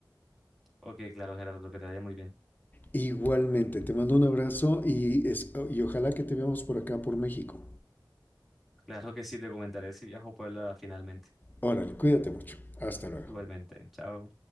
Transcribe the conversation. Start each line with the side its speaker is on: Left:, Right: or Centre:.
Centre: Ok, claro, Gerardo, que te vaya muy bien.
Left: Igualmente, te mando un abrazo y, es- y ojalá que te veamos por acá, por México.
Centre: Claro que sí, te comentaré si viajo a Puebla finalmente.
Left: Órale, cuídate mucho. Hasta luego.
Centre: Igualmente, chao.